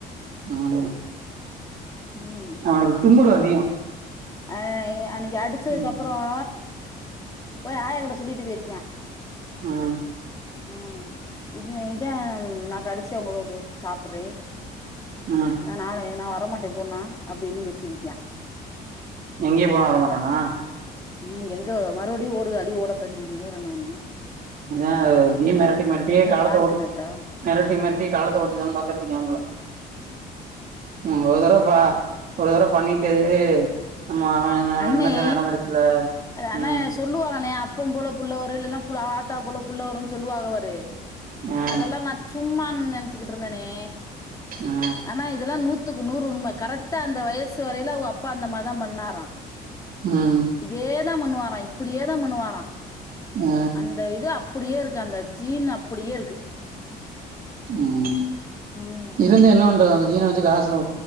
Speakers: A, on the right (about 55°); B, on the left (about 20°).
A: உம்
B: ம்
A: அவனுக்கு துமுரு அதிகம்
B: அ அன்னக்கி அடிச்சதுக்கு
A: ம்
B: அப்புறம் போய் ஆயகிட்ட சொல் ல்லிட்டு போயிருக்கியன்
A: உம்
B: உஹ் இத இதான் நான் கடைசியா அந்தளவுக்கு சாப்பிடுறேன்
A: ம்
B: நான் நாளைய நா வர மாட்டேன் போமா அப்படின்னு போய் சொல்லிருக்கியான்
A: எங்கயே போன வரமாட்டானா
B: உம் எங்க மறுபடியும் ஓடு அடி ஓட தம்பி வேற என்ன வேணும்
A: அ மிரட்டி மிரட்டியே காலத்த
B: யாருக்கு
A: ஓட்டி
B: நட்டோ
A: மிரட்டி மிரட்டியே காலத்தை ஓட்டிடலானு பாத்துட்ருக்கீங்களோ உ வர வர அப்பா ஒரு தட பண்ணிட்டு ஆமா அவன் அவ
B: அண்ணே
A: என்னச்சரி நடந்திருக்குல
B: ஆனா
A: உஹம்
B: சொல்லுவாங்கண்ணே அப்பம் போல புள்ளவரு இல்லைன்னா பு ஆத்தா போல புள்ளவரும்னு சொல்லுவாக பாரு
A: அ
B: அதெல்லாம் நான் சும்மா நினைச்சுட்டு இருந்தேனே
A: அ
B: ஆனா இதெல்லாம் நூத் க்கு நூறு உண்மை கரெக்டா அந்த வயசு வரையில அவ அப்பா அந்தம்மாரி தான் பண்ணாராம்
A: ம்
B: இதே தான் பண்ணுவாரான் இப்படியே தான் பண்ணுவாரான்
A: அ
B: அந்த இது அப் அப்படியே இருக்கு அந்த ஜீன் அப்படியே இருக்கு
A: உம்
B: ம்
A: இருந்து என்ன பண்றது அந்த ஜுன வச்சு காசு